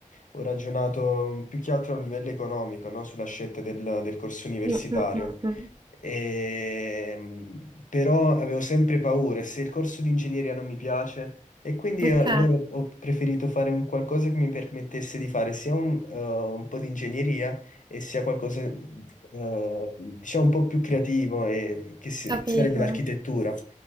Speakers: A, on the left; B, on the right.
A: ho ragionato più che altro a un livello economico, no? Sulla scelta del, del corso universitario.
B: Mm, mm, mm, mm.
A: Ehm, però avevo sempre paura se il corso di ingegneria non mi piace e quindi
B: Ok,
A: allora ho preferito fare un qualcosa che mi permettesse di fare sia un, eh, un po' di ingegneria e sia qualcosa eh, diciamo un po' più creativo e che, si-
B: capito.
A: che sarebbe l'architettura.